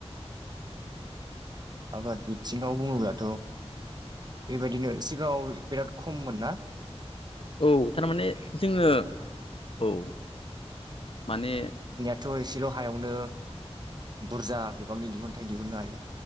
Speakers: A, on the right; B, on the left.
A: आबाद बि थिङाव बुङोब्लाथ' बेबायदिनो सिगाङाव बिराद खममोनना
B: औ थारमाने जोङो औ माने
A: थ' एसेल' हायावनो बुरजा बिबांनि दिहुनथाइ दिहुननो हायो